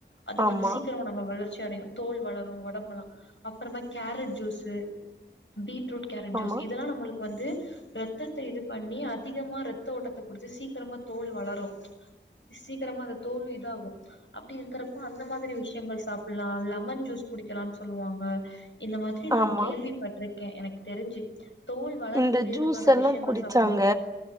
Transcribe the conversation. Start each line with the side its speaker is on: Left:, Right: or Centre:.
Left: அது
Right: ஆமா
Left: வந்து சீக்கிரமா நம்ம வளர்ச்சி அடையு தோள் வளரு ஒடம்பெலா அப்புறமா carrot juice beetroot carrot juice
Right: ஆமா
Left: இதெல்லா நம்மளுக்கு வந்து ரத்தத்த இது பண்ணி அதிகமா ரத்த ஓட்டத்த குடுத்து சீக்கிரமா தோல் வளரு சீக்கிரமா அது தோலு இதாகு அப்டி இருக்கிறப்போ அந்த மாதிரி விஷயங்கள் சாப்பிட்லா எல்லா லெமன் ஜூஸ் குடிக்கலானு சொல்லுவாங்க இந்த மாதிரி நா
Right: ஆமா
Left: கேள்விப்பட்ருக்கே எனக்கு தெரிஞ்சு தோல் வளரக்கூடியதுக்கான
Right: இந்த ஜூஸ் எல்லா
Left: விஷயங்கள்
Right: குடிச்சாங்க
Left: சாப்பிட்ணு